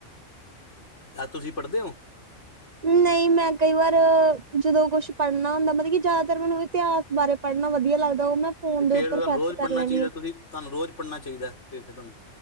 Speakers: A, on the left; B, on the right.
A: ਤੇ ਆਂ ਤੁਸੀਂ ਪੜ੍ਹਦੇ ਔਂ।
B: ਨਈਂ ਮੈਂ ਕਈ ਵਾਰ, ਜਦੋਂ ਕੁਛ ਪੜ੍ਹਨਾ ਹੁੰਦਾ ਮਤਲਬ ਕਿ ਜ਼ਿਆਦਾਤਰ ਮੈਨੂੰ ਇਤਿਹਾਸ ਬਾਰੇ ਪੜ੍ਹਨਾ ਵਧੀਆ ਲੱਗਦਾ ਉਹ ਮੈਂ ਫੋਨ
A: ਤੇ
B: ਦੇ
A: ਫੇਰ
B: ਉੱਪਰ
A: ਤੁਹਾਨੂੰ
B: ਸਰਚ
A: ਰੋਜ਼
B: ਕਰ
A: ਪੜ੍ਹਨਾ
B: ਲੈਣੀ
A: ਚਾਹੀਦਾ
B: ਆਂ।
A: ਤੁਸੀਂ ਤੁਹਾਨੂੰ ਰੋਜ਼ ਪੜ੍ਹਨਾ ਚਾਈਦਾ, ਫੇਰ ਤੇ ਤੁਹਾਨੂੰ।